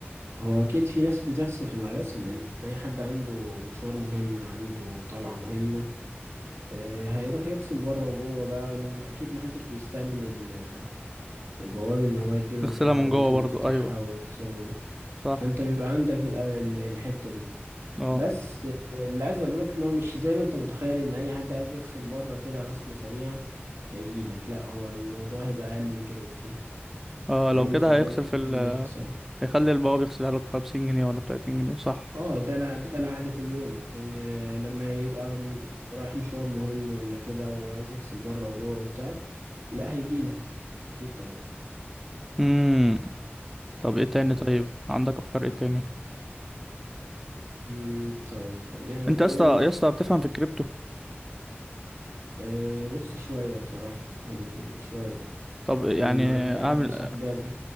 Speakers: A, on the right; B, in the centre.
A: هو اكيد في ناس بتغسل في مغاسل لان اي حد عنده مشوار مهم عنده طلعة مهمة آه، هيروح يغسل بره وجوه بقى الم- اكيد محدش بيستأمن ال- البواب ان هو يديله
B: نغسلها
A: مفتاح عربيته
B: من جوه
A: ويفتحها
B: برضو ايوه
A: ويغسل من جوه
B: صح
A: فانت بيبقى عندك ال- ال- الحتة دي
B: اه
A: بس آه، اللي عايز اقوله لك ان هو مش زي ما انت متخيل ان اي حد عايز يغسل بره كده غسلة سريعة هيجيلك لا هو الموضوع هيبقى اقل من كده بكتير
B: اه
A: فاهمني
B: لو كده
A: فانت
B: هيغسل
A: لازم تكون
B: في ال
A: عامل ده في حسابك
B: هيخلي البواب يغسلها له بخمسين جنيه ولا بتلاتين جنيه صح
A: اه ده الع- ده العادي كل يوم لكن آه، لما يبقى م- رايح مشوار مهم ولا كده وعايز يغسل بره وجوه وبتاع لا هيجيلك اكيد طبعا
B: امم طب ايه تاني
A: انت
B: طيب عندك افكار ايه تاني
A: مم، طيب خلينا نقول
B: انت يا اسطى يا اسطى بتفهم في الكريبتو
A: آه، بص شوية بصراحة يعني شوية
B: طب يعني
A: كان عندي
B: اعمل
A: حد صاحبي قبل